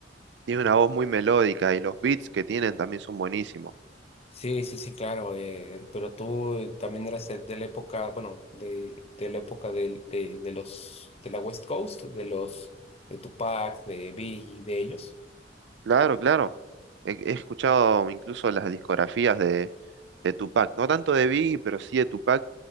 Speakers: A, on the right; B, on the left.
A: Tiene una voz muy melódica y los beats que tienen también son buenísimos.
B: Sí, sí, sí, claro, eh, pero tú eh, también eras de de la época, bueno, de, de la época del- de, de los, de la West Coast, de los, de Tupac, de Biggie, de ellos.
A: Claro, claro. He, he escuchado incluso las discografías de, de Tupac, no tanto de Biggie, pero sí de Tupac.